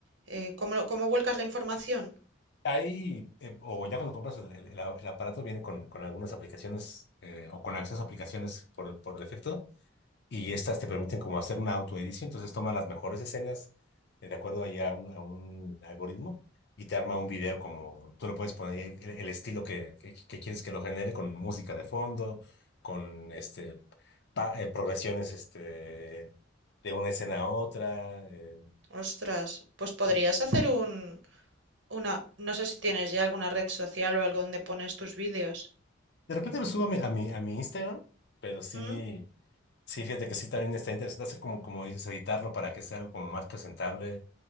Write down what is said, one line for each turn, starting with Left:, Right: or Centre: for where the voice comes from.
Right: eh, ¿cómo, lo- cómo vuelcas la información?
Left: Ahí, eh, o ya cuando compras el, el- el a- el aparato, viene con, con algunas aplicaciones eh, o con acceso a aplicaciones por, por defecto y estas te permiten como hacer una autoedición, entonces toma las mejores escenas eh, de acuerdo ahí a un, a un algoritmo y te arma un video como tú le puedes poner ahí el, el estilo que, que, que quieres que lo genere con música de fondo, con este pa- eh, progresiones este, de una escena a otra. eh,
Right: Ostras,
Left: eh,
Right: pues podrías
Left: y
Right: hacer un, Una, no sé si tienes ya alguna red social o algo donde pones tus vídeos.
Left: de repente lo subo a mi, a mi, a mi Instagram, pero sí,
Right: ¿Mm?
Left: sí, fíjate que sí también está interesante hacer como, como dices, editarlo para que sea algo como más presentable